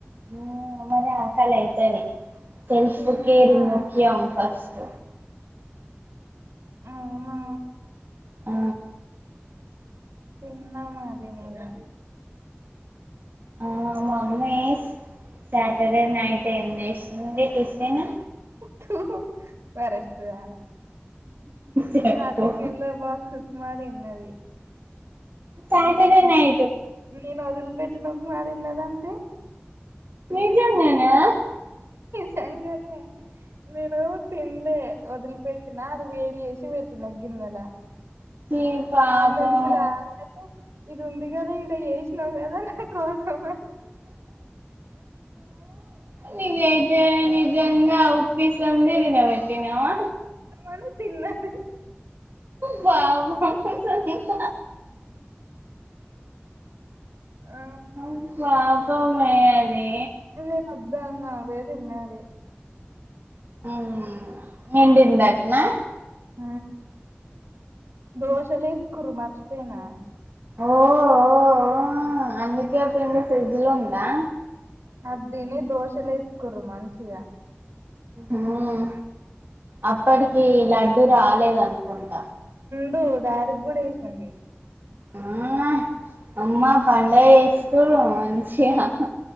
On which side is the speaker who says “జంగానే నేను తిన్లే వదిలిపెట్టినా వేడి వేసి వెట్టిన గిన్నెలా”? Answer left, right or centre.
Right